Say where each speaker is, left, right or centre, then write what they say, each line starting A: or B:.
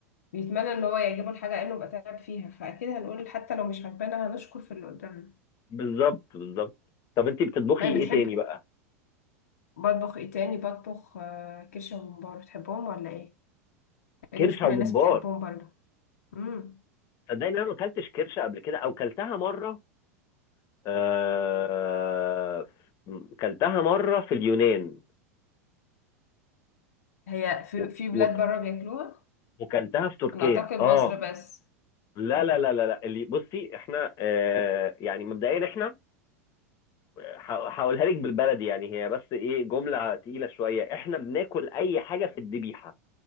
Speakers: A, on the left (about 75°); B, on the left (about 45°).
A: بيتمنى ان هو يعجبه الحاجه لانه بقى تعب فيها فاكيد هنقول حتى لو مش عجبانا هنشكر في اللي قدامنا
B: بالظبط بالظبط طب انت بتطبخي
A: طيب بتحب
B: ايه تاني بقى
A: بطبخ ايه تاني بطبخ آه، كرشه وممبار بتحبهم ولا ايه لان
B: كرشة
A: مش كل
B: وممبار
A: الناس بتحبهم برضه امم
B: صدقني انا ما اكلتش كرشه قبل كده او كلتها مره آه كلتها مره في اليونان
A: هي في
B: و-
A: في بلاد
B: و-
A: بره بياكلوها
B: وكلتها في تركيا
A: انا اعتقد
B: اه
A: مصر بس
B: لا لا لا لا لا اللي بصي احنا آه يعني مبدئيا احنا ه- هقولها لك بالبلدي يعني هي بس ايه جمله تقيله شويه احنا بناكل اي حاجه في الذبيحه